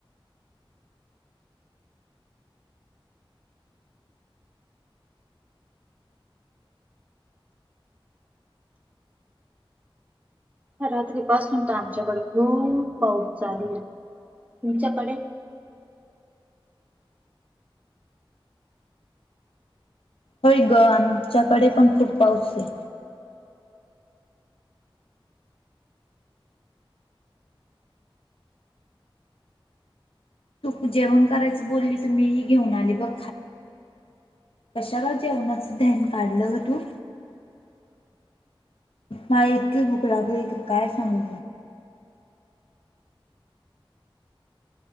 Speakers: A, on the right (about 15°); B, on the left (about 75°).
A: रात्री पासून तर आमच्याकडे खूप पाऊस चालू आहे तुमच्याकडे
B: होय ग आमच्याकडे पण खूप पाऊस आहे तूप जेवण करायचं बोलली तर मीही घेऊन बघ कशाला जेवणाच ध्यान काढलं होत नाही इतकी भूक लागली की काय सांगल